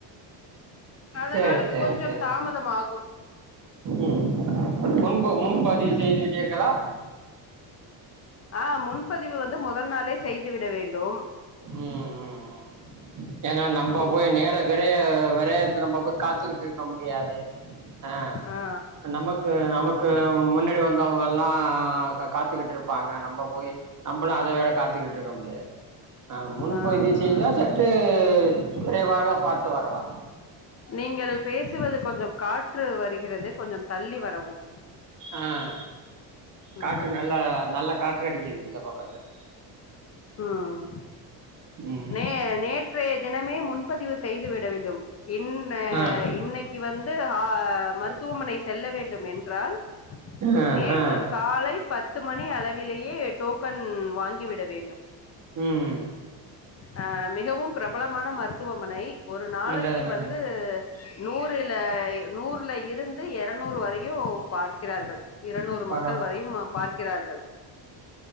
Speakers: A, on the left; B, on the right.
A: அதனால்
B: சேரி சேரி
A: கொஞ்சம்
B: சேரி
A: தாமதமாகும்
B: ம் முன்பு முன்பதி செய்து விட்டீர்களா
A: ஆஹ் முன்பதிவு வந்து முதல் நாளே செய்து விட வேண்டும்
B: உம் உம் ஏனா நம்ம
A: ஆமா
B: போய் நேர விரைய விரைய நம்ம போய் காத்துக்கிட்டு இருக்க முடியாது ஆஹ்
A: ஆ
B: நமக்கு நமக்கு முன்னாடி வந்தவங்கள ளா காத்துக்கிட்டு இருப்பாங்க நம்ம போய் நம்மளும் அத வேற காத்துக்கிட்டு இருக்க முடியாது ஆஹ் முன்பதி
A: ஆ ஆ
B: செய்தா சற்டு விரைவாக பார்த்து வரலாம்
A: நீங்கள் பேசுவது கொஞ்சம் காற்று வருகிறது கொஞ்சம் தள்ளி வரவும்
B: ஆஹ காற்று
A: ம்
B: நல்லா நல்ல காற்று அடிக்குது இந்த பக்கத்துல
A: உஹம்
B: ம்
A: நே நேற்றைய தினமே முன்பதிவு செய்து விட வேண்டும் இன்
B: ஆ
A: இன்னைக்கு வந்து ஆஹ மருத்துவமனை செல்ல வேண்டும் என்றால்
B: ஆ
A: நேற்று
B: ஆ
A: காலை பத்து மணி அளவிலேயே டோக்கன் வாங்கி விட வேண்டும்
B: உம்
A: அஹ் மிகவும் பிரபலமான மருத்துவமனை ஒரு நாளைக்கு
B: நல்லது நல்லது
A: வந்து நூறுல நூற்ல இருந்து எரநூறு வரையு பார்க்கிறார்கள் இருநூறு
B: பரவா
A: மக்கள் வரையும் பார்க்கிறார்கள்